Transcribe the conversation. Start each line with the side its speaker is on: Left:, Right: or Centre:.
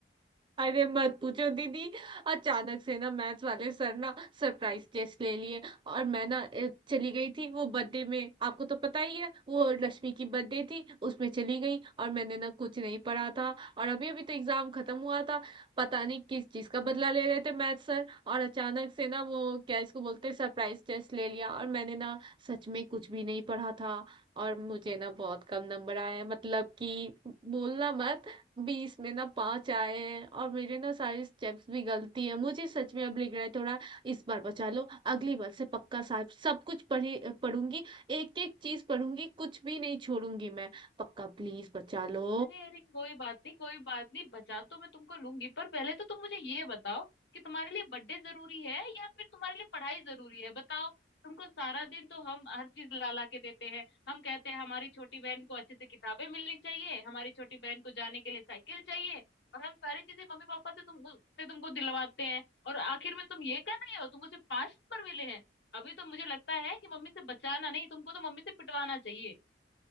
Right: अरे मत पूछो दीदी अचानक से ना मैथ्स वाले सर ना सरप्राइज टेस्ट ले लिए और मैं ना अ, चली गई थी वो बर्थडे में आपको तो पता ही है वो लक्ष्मी की बर्थडे थी उसमें चली गई और मैंने ना कुछ नहीं पढ़ा था और अभी अभी तो एग्जाम खत्म हुआ था पता नहीं किस चीज का बदला ले रहे थे मैथ्स सर और अचानक से ना वो क्या इसको बोलते हैं सरप्राइज टेस्ट ले लिया और मैंने ना सच में कुछ भी नहीं पढ़ा था और मुझे ना बहुत कम नंबर आए मतलब कि बोलना मत बीस में ना पांच आए हैं और मेरे ना सारे स्टेप्स भी गलती है मुझे सच में अब लग रहा है थोड़ा इस बार बचा लो अगली बार से पक्का साहब सब कुछ पढ़ी पढ़ूंगी एक एक चीज पढ़ूंगी कुछ भी नहीं छोड़ूंगी मैं पक्का प्लीज बचा लो
Left: अरे अरे कोई बात नहीं कोई बात नहीं बचा तो मैं तुमको लूंगी पर पहले तो तुम मुझे ये बताओ कि तुम्हारे लिए बर्थडे जरूरी है या फिर तुम्हारे लिए पढ़ाई जरूरी है बताओ तुमको सारा दिन तो हम हर चीज ला ला के देते हैं हम कहते हैं हमारी छोटी बहन को अच्छे से किताबें मिलनी चाहिए हमारी छोटी बहन को जाने के लिए साइकिल चाहिए और हम सारी चीजें मम्मी पापा से तुमको से तुमको दिलवाते हैं और आखिर में तुम ये कर रहे हो तुमको सिर्फ पांच नंबर मिले हैं अभी तो मुझे लगता है कि मम्मी से बचाना नहीं तुमको तो मम्मी से पिटवाना चाहिए